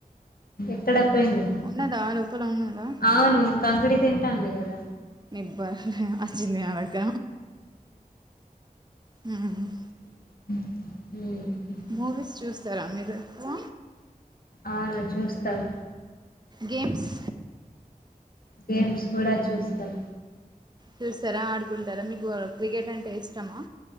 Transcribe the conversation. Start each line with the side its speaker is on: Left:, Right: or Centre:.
Left: ఎక్కడ ప్ పెంది
Right: ఉన్నదా లోపల ఉన్నదా
Left: అవును కాంకిడి తిన్ తాంది కదా
Right: నిబ్బ హ హ అచ్చింది నాదంక ఉమ్
Left: ఉమ్
Right: మూవీస్ చూస్తారా మీరు ఎక్కువ
Left: అవును చూస్తాం
Right: గేమ్స్
Left: గేమ్స్ కూడా చూస్తాం
Right: చూసరా ఆడుకుంటారా మీకు క్రికెట్ అంటే ఇష్టమా